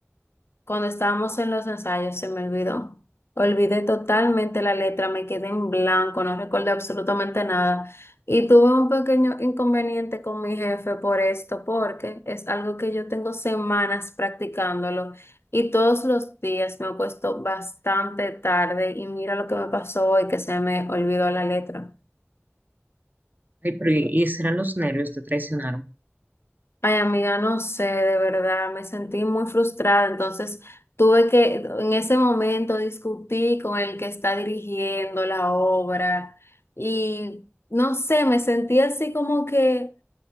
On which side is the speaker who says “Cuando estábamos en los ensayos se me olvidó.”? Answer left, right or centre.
Left